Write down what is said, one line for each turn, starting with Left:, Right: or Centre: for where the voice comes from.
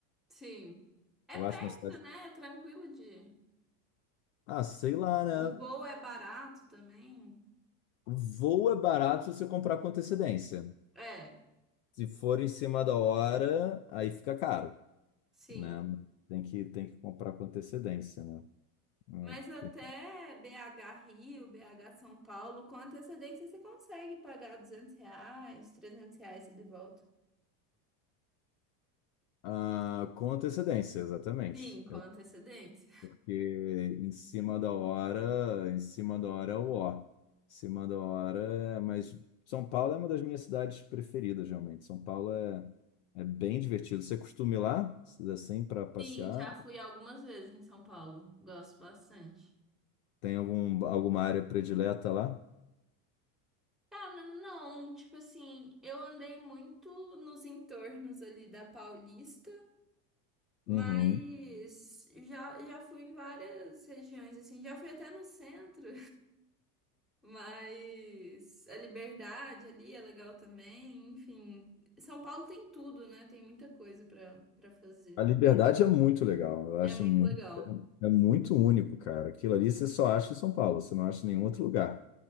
Centre: Sim. É
Left: Eu
Centre: perto,
Left: acho uma cidade.
Centre: né? É tranquilo de.
Left: Ah, sei
Centre: O,
Left: lá, né?
Centre: o voo é barato também.
Left: Voo é barato se você comprar com antecedência.
Centre: É.
Left: Se for em cima da hora, aí fica caro,
Centre: Sim,
Left: né? Tem que, tem que comprar com antecedência, né?
Centre: mas
Left: É, Porque...
Centre: até BH Rio, BH São Paulo, com antecedência você consegue pagar 200 reais, 300 reais de volta.
Left: Ah, com antecedência, exatamente.
Centre: Sim, com antecedência.
Left: Porque em cima da hora, em cima da hora é o ó. Em cima da hora é. Mas São Paulo é uma das minhas cidades preferidas, realmente. São Paulo é, é bem divertido. Você costuma ir lá, assim, para passear?
Centre: Sim, já fui algumas vezes em São Paulo. Gosto bastante.
Left: Tem algum, alguma área predileta lá?
Centre: Cara, não, tipo assim, eu andei muito nos entornos ali da Paulista, mas
Left: Uhum.
Centre: já, já fui em várias regiões, assim, já fui até no centro. Mas a liberdade ali é legal também, enfim. São Paulo tem tudo, né? Tem muita coisa pra para fazer.
Left: A Liberdade é muito legal. Eu
Centre: É
Left: acho
Centre: muito
Left: muito,
Centre: legal,
Left: é muito único, cara. Aquilo ali você só acha em São Paulo, você não acha em nenhum outro lugar.